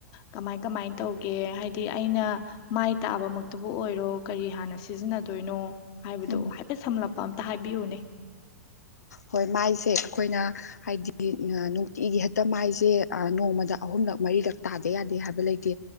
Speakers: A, on the left; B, on the left.
A: ꯀꯃꯥꯏ ꯀꯃꯥꯏ ꯇꯧꯒꯦ ꯍꯥꯏꯗꯤ ꯑꯩꯅ ꯃꯥꯏ ꯇꯥꯕꯃꯛꯇꯕꯨ ꯑꯣꯏꯔꯣ ꯀꯔꯤ ꯍꯥꯟꯅ ꯁꯤꯖꯤꯟꯅꯗꯣꯏꯅꯣ ꯍꯥꯏꯕꯗꯣ
B: ꯎꯝ
A: ꯍꯥꯏꯐꯦꯠ ꯁꯝꯂꯞꯄ ꯑꯝꯇ ꯍꯥꯏꯕꯤꯌꯨꯅꯦ
B: ꯍꯣꯏ ꯃꯥꯏꯁꯦ ꯑꯩꯈꯣꯏꯅ ꯍꯥꯏꯗꯤ ꯅꯨꯡꯇꯤꯒꯤ ꯍꯦꯛꯇ ꯃꯥꯏꯁꯦ ꯅꯣꯡꯃꯗ ꯑꯍꯨꯝꯂꯛ ꯃꯔꯤꯔꯛ ꯇꯥꯗ ꯌꯥꯗꯦ ꯍꯥꯏꯕ ꯂꯩꯇꯦ